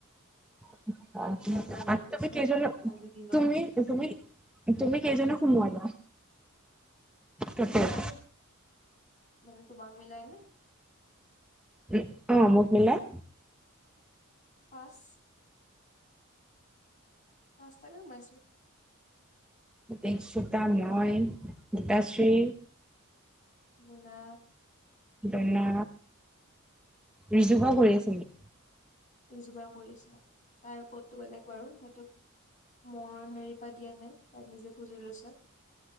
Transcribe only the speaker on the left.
ইমান প্ৰব্লেম দিছে
আজিৰ দিনত।
মই মানে তোমাক মিলাই নে?
পাঁচ পাঁচ তাকে সোমাইছো।
লুনা।
ৰিজু বা কৰি আছো, তাই ক'তটো বেলেগ বাৰু সেইটোত মই হেৰি পা দিয়া নাই তাই নিজে খুজি লৈছে।